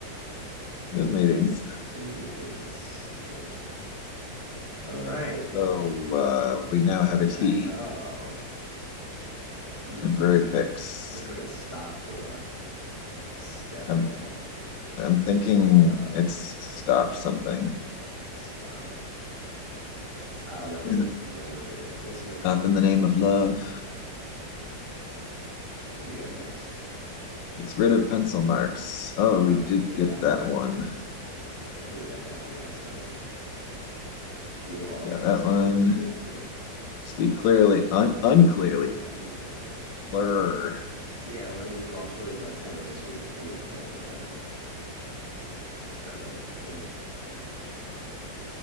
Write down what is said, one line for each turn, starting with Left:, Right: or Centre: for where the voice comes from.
Left: Zoom meetings.
Right: Zoom meetings. That's interesting. All right,
Left: So uh, we now
Right: let's
Left: have
Right: go
Left: a
Right: back.
Left: T,
Right: Oh, hmm.
Left: temporary fix.
Right: Looks like a stop or a step
Left: I'm
Right: now.
Left: I'm thinking
Right: Stop,
Left: it's stop something
Right: stop. I don't know. We're
Left: and
Right: just have to keep going here. What's the next
Left: stop
Right: one?
Left: in the name of love.
Right: What do you got next?
Left: Gets rid of pencil marks. Oh, we
Right: Uh,
Left: did
Right: we
Left: get
Right: got
Left: that
Right: it. We got
Left: one.
Right: erases. Yeah, I think we got that one last time. ERs,
Left: We got that
Right: hospital
Left: one.
Right: areas. Yep.
Left: Speak clearly, un unclearly.
Right: Unclearly.
Left: Slur.
Right: Yeah, when I do crosswords, I kind of misread the clues all the time. It's kind of, well,